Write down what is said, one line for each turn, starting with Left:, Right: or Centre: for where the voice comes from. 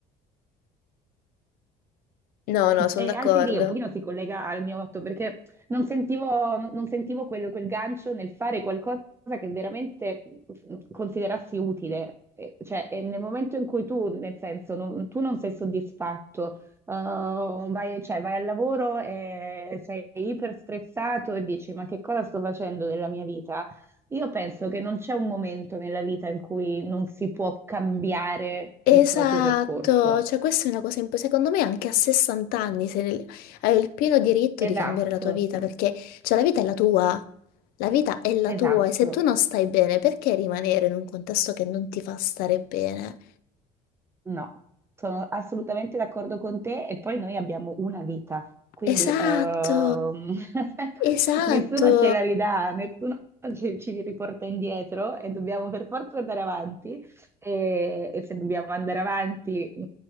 Left: No, no, sono
Right: E
Left: d'accordo.
Right: anche lì un pochino si collega al mio fatto perché non sentivo, non- non sentivo quel, quel gancio nel fare qualcosa che veramente mm, considerassi utile. E- Cioè, e nel momento in cui tu, nel senso, non- tu non sei soddisfatto, uh, vai, cioè, vai al lavoro e sei iper stressato e dici: Ma che cosa sto facendo della mia vita? Io penso che non c'è un momento nella vita in cui non si può cambiare
Left: Esatto,
Right: il proprio percorso.
Left: cioè questa è una cosa importante, secondo me anche a 60 anni se ne- hai il pieno diritto
Right: Esatto.
Left: di cambiare la tua vita perché cioè, la vita è la tua, la vita è la tua
Right: Esatto,
Left: e se tu non stai bene perché rimanere in un contesto che non ti fa stare bene?
Right: no, sono assolutamente d'accordo con te e poi noi abbiamo una vita, quindi
Left: Esatto,
Right: ehm, <laughs>
Left: esatto,
Right: nessuno ce la ridà, nessuno ci, ci riporta indietro e dobbiamo per forza andare avanti e, e se dobbiamo andare avanti mh,